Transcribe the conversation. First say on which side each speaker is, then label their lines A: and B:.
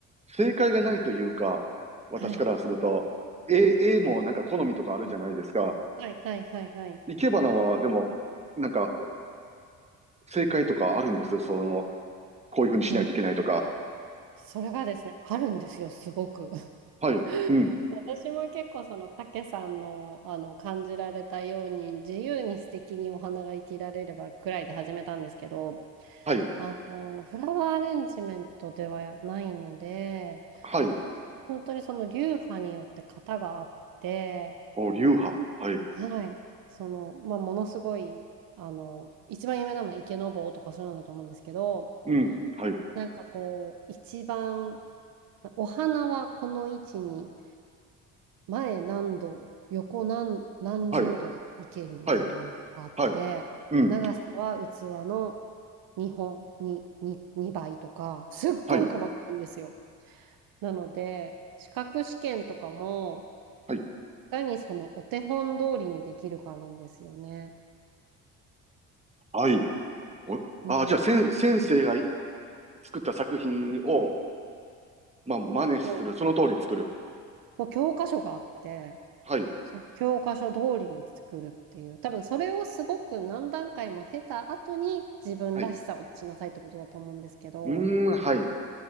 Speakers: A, on the right (about 20°); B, on the right (about 65°).
A: 正解がないというか、私からすると、
B: はい。
A: A、A もなんか好みとかあるじゃないですか。
B: うんはいはいはいはい。
A: 生け花は、でも、なんか、正解とかあるんです。その、こういうふうにしないといけないとか。
B: うん。それがですね、あるんですよ、すごく。
A: はい、うん、
B: <laughs> 私も結構その、たけさんの、あの、感じられたように、自由に素敵にお花が生きられればくらいで始めたんですけど、
A: はい、
B: あの、フラワーアレンジメントではないので、
A: はい、
B: 本当にその流派によって型があって、
A: お、流派、はい、
B: はい。その、まあ、ものすごい、あの、一番有名なのは池坊とかそういうのだと思うんですけど、
A: うん、はい、
B: なんかこう、一番、お花はこの位置に、前何度、横何、何十度でいけるみたいなのがあって、
A: はい、はい、はい、うん、
B: 長さは器の2本、にに2倍とか、すっごい細かいんですよ。
A: はい、
B: なので、資格試験とかも、
A: はい、
B: いかにそのお手本通りにできるかなんですよね。
A: はい。お、
B: なの
A: あ、じゃあ、先、先生がい作った作品を、まあ、真似する。
B: うん、うん
A: その通り作る。
B: まあ教科書があって、
A: はい、
B: その教科書通りに作るっていう、多分それをすごく何段階も経た後に自分らしさを出しなさいってことだと思うんですけど、
A: はい、うーん、はい、